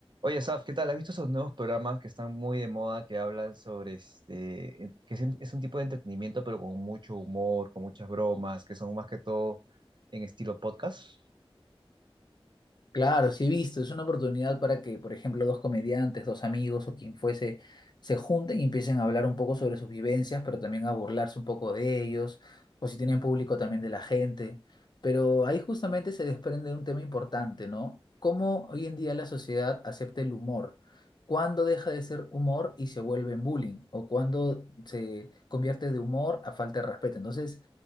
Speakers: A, on the right; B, on the left.
A: Oye, Saf, ¿qué tal? ¿Has visto esos nuevos programas que están muy de moda, que hablan sobre este, que es un, es un tipo de entretenimiento, pero con mucho humor, con muchas bromas, que son más que todo en estilo podcast?
B: Claro, sí he visto, es una oportunidad para que, por ejemplo, dos comediantes, dos amigos o quien fuese, se junten y empiecen a hablar un poco sobre sus vivencias, pero también a burlarse un poco de ellos, o si tienen público también de la gente. Pero ahí justamente se desprende un tema importante, ¿no? ¿Cómo hoy en día la sociedad acepta el humor? ¿Cuándo deja de ser humor y se vuelve en bullying? ¿O cuándo se convierte de humor a falta de respeto? Entonces...